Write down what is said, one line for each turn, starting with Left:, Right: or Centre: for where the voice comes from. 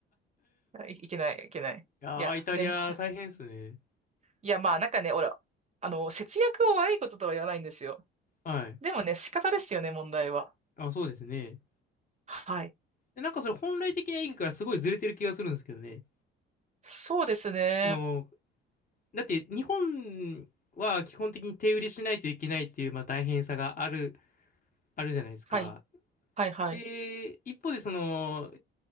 Right: い、いけない、いけない。
Left: いやー、
Right: いや、
Left: イタリア大変ですね。
Right: ね、いや、まあ、なんかね、俺、あの、節約を悪いこととは言わないんですよ。
Left: はい。
Right: でもね、仕方ですよね、問題は。
Left: あ、そうですね。
Right: はい。
Left: でなんかそれ本来的な意義からすごいずれてる気がするんですけどね。
Right: そうですね。
Left: あの、だって日本は基本的に手売りしないといけないっていう、まあ、大変さがある、あるじゃないですか。
Right: はい。はい、はい。
Left: で、一方でその、